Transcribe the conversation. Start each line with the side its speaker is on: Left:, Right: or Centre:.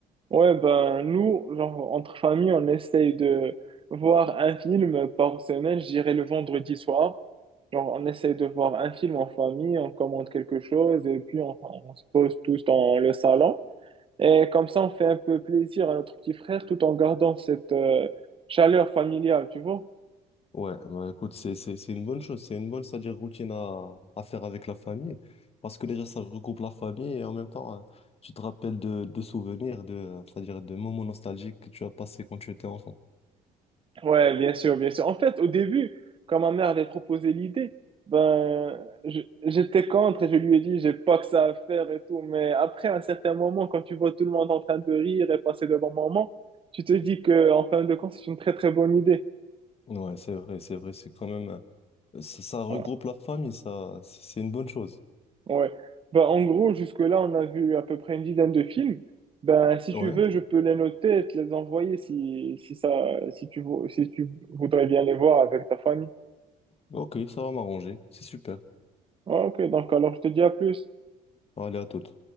Right: Ouais, ben nous, genre, entre familles, on essaye de voir un film par semaine, je dirais le vendredi soir. Genre, on essaye de voir un film en famille, on commande quelque chose et puis on, on se pose tous dans le salon. Et comme ça, on fait un peu plaisir à notre petit frère tout en gardant cette euh, chaleur familiale, tu vois.
Left: Ouais, bah écoute, c'est, c'est, c'est une bonne chose, c'est une bonne, c'est-à-dire routine à, à faire avec la famille, parce que déjà ça regroupe la famille et en même temps, hein, tu te rappelles de, de souvenirs, de, c'est-à-dire de moments nostalgiques que tu as passés quand tu étais enfant.
Right: Ouais, bien sûr, bien sûr. En fait, au début, quand ma mère avait proposé l'idée, ben, je- j'étais contre et je lui ai dit, j'ai pas que ça à faire et tout. Mais après, à un certain moment, quand tu vois tout le monde en train de rire et passer de bons moments, tu te dis que, en fin de compte, c'est une très, très bonne idée.
Left: Ouais, c'est vrai, c'est vrai, c'est quand même, euh, ça, ça regroupe
Right: Ouais,
Left: la famille, ça, c'est une bonne chose.
Right: ouais. Ben, en gros, jusque-là, on a vu à peu près une dizaine de films. Ben, si
Left: Ouais,
Right: tu veux, je peux les noter et te les envoyer si, si ça, si tu, vou- si tu voudrais bien les voir avec ta famille.
Left: ok, ça va m'arranger, c'est super.
Right: Ouais, ok, donc alors je te dis à plus.
Left: Allez, à toute.